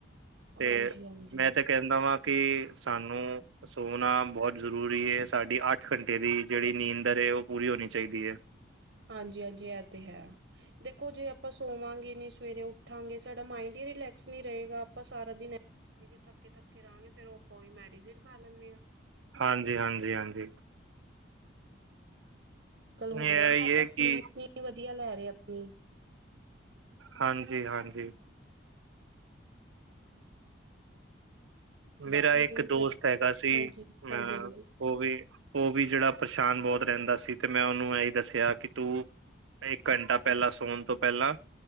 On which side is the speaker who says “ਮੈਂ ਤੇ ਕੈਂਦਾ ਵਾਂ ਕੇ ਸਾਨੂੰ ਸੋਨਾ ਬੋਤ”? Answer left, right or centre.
Right